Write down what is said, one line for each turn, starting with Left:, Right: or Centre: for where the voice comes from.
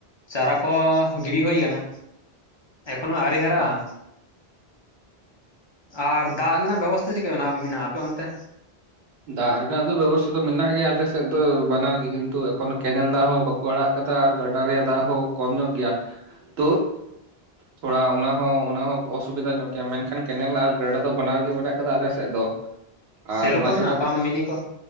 Left: ᱪᱟᱨᱟ ᱠᱚᱦᱚᱸ ᱜᱤᱲᱤ ᱦᱩᱭ ᱠᱟᱱᱟ ᱮᱠᱷᱚᱱᱳ ᱟᱹᱣᱨᱤ ᱦᱟᱨᱟᱜᱼᱟ
Right: ᱦᱚᱸ
Left: ᱟᱨ ᱫᱟᱜ ᱨᱮᱱᱟᱜ ᱵᱮᱵᱚᱥᱛᱷᱟ ᱪᱮᱫᱠᱟ ᱢᱮᱱᱟᱜᱼᱟ ᱢᱮᱱᱟᱜᱼᱟ ᱟᱯᱮ ᱚᱱᱛᱮ
Right: ᱫᱟᱜ ᱨᱮᱱᱟᱜ ᱫᱚ ᱵᱮᱵᱚᱥᱛᱷᱟ ᱫᱚ ᱢᱮᱱᱟᱜ ᱜᱮᱭᱟ ᱟᱞᱮᱥᱮᱫ ᱫᱚ ᱵᱟᱱᱟᱨ ᱜᱮ ᱠᱤᱱᱛᱩ ᱮᱠᱷᱚᱱᱳ ᱠᱮᱱᱮᱞ ᱫᱟᱜ ᱦᱚᱸ ᱵᱟ ᱠᱚ ᱟᱲᱟᱜ ᱠᱟᱫᱟ ᱟᱨ ᱜᱟᱰᱟ ᱨᱮᱭᱟᱜ ᱫᱟᱜ ᱦᱚᱸ ᱠᱚᱢ ᱧᱚᱜ ᱜᱮᱭᱟ ᱛᱚ ᱛᱷᱚᱲᱟ ᱚᱱᱟᱦᱚᱸ ᱚᱱᱟᱦᱚᱸ ᱚᱥᱩᱵᱤᱫᱟ ᱧᱚᱜ ᱜᱮᱭᱟ ᱢᱮᱱᱠᱷᱟᱱ ᱠᱮᱱᱮᱞ ᱟᱨ ᱜᱟᱰᱟ ᱫᱚ ᱵᱟᱱᱟᱨ ᱜᱮ ᱢᱮᱱᱟᱜ ᱠᱟᱫᱟ ᱟᱞᱮᱥᱮᱫ ᱫᱚ ᱟᱨ
Left: ᱥᱮᱞᱳ
Right: ᱚᱱᱟ
Left: ᱠᱚ ᱢᱮᱱᱟᱜᱼᱟ
Right: ᱪᱷᱟᱰᱟ
Left: ᱯᱟᱢ
Right: ᱠᱟᱛᱮ
Left: ᱢᱤᱱᱤ ᱠᱚ